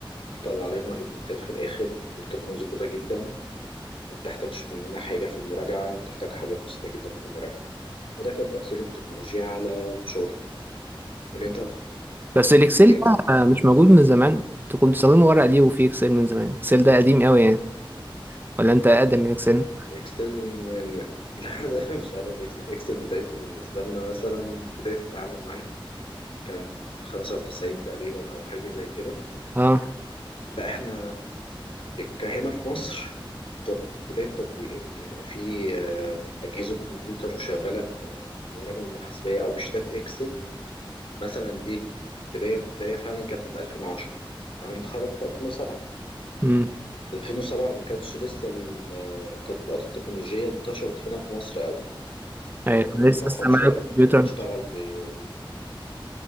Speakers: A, on the left; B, on the right.
A: بتطلع علينا الريبورتات في الآخر ريبورتات مظبوطة جدا ما بتحتاجش مننا حاجة في المراجعة بتحتاج حاجة بسيطة جدا في المراجعة وده كان تأثير التكنولوجيا على شغلي قولي أنت في
B: بس الاكسل
A: مجالك
B: ده مش موجود من زمان انت كنت بتستخدمه ورقه ليه وفي اكسل من زمان اكسل ده قديم قوي يعني ولا انت اقدم من اكسل
A: الإكسل من... <laughs> لا أنا مش قادر بالإكسل الإكسل بدايته بالنسبة لنا مثلا بداية التعامل معاه كان في 95 تقريبا أو حاجة زي كده
B: اه
A: لا احنا كهنا في مصر طب بداية تطبيق ان يبقى في آه، اجهزة كمبيوتر شغالة ب- ببرامج محاسبية او بشتات اكسل مثلا دي بداية بداية فعلا كانت من 2010 انا متخرج في 2007
B: امم
A: 2007 ما كانتش لسه ال- آه، التطبيقات التكنولوجية انتشرت هنا في مصر قوي كانت
B: ايوه
A: الدنيا
B: أنا
A: متأخرة
B: لسه استعمال
A: شوية
B: الكمبيوتر
A: كنا بنشتغل ب-